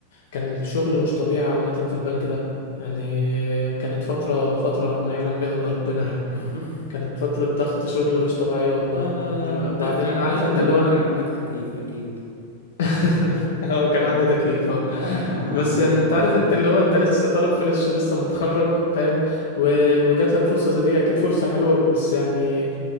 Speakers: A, on the left; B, on the left.
A: كان شغل مش طبيعي عامة في البنك ده يعني كانت فترة فترة ما يعلم بها إلا ربنا يعني
B: <laughs>
A: كانت فترة ضغط شغل مش طبيعية والله
B: لا لا
A: يعني
B: لا لا انت
A: بعدين
B: أك- على
A: عارف
B: الأقل
A: انت
B: في البنك
A: اللي هو انا
B: عندك تكييف أكيد
A: <laughs> اه
B: أنا
A: كان
B: عم
A: عندي تكييف اه
B: لا يا عم أنا
A: بس
B: الدنيا
A: يعني انت عارف انت اللي هو انت لسه طالب فريش لسه متخرج فاهم و... وجات لك فرصة زي دي اكيد فرصة حلوة بس يعني